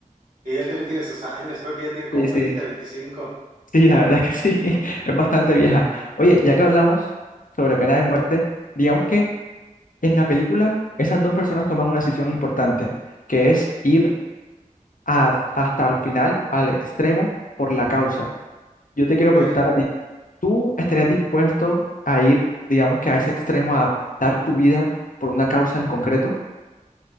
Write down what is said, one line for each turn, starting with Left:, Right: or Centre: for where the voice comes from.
Right: ella también tiene sus años, creo que ya tiene como
Left: Sí, sí.
Right: 20, 25.
Left: Sí, la verdad es que sí. <laughs> Es bastante vieja. Oye, ya que hablamos sobre pena de muerte, digamos que En la película, esas dos personas toman una decisión importante, que es ir a- hasta el final, al extremo, por la causa. Yo te
Right: ok,
Left: quiero preguntar a ti, ¿tú estarías dispuesto a ir, digamos que a ese extremo, a dar tu vida por una causa en concreto?